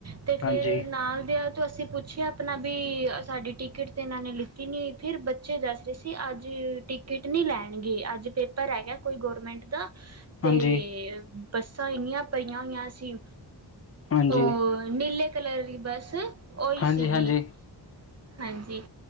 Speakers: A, on the right (about 35°); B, on the left (about 35°).
A: ਤੇ ਫਿਰ
B: ਹਾਂਜੀ
A: ਨਾਲ ਦੇਆ ਤੋਂ ਅਸੀਂ ਪੁੱਛ ਆ -ਆਪਣਾ ਵੀ ਸਾਡੀ ਟਿਕਟ ਤਾਂ ਏਨਾਂ ਨੇ ਲਿੱਤੀ ਨਈ, ਫਿਰ ਬੱਚੇ ਦੱਸ ਰਹੇ ਸੀ ਅੱਜ ਟਿਕਟ ਨਈ ਲੈਣਗੇ, ਅੱਜ ਪੇਪਰ ਹੈਗਾ ਕੋਈ ਗੌਰਮੈਂਟ ਦਾ ਤੇ
B: ਹਾਂਜੀ
A: ਬੱਸਾਂ ਏਨੀਆਂ ਭਰੀਆਂ ਹੋਈਆਂ ਸੀ,
B: ਹਾਂਜੀ
A: ਓਹ ਨੀਲੇ, ਕਲਰ ਦੀ ਬਸ ਓਹੀ
B: ਹਾਂਜੀ
A: ਸੀਗੀ,
B: ਹਾਂਜੀ
A: ਹਾਂਜੀ।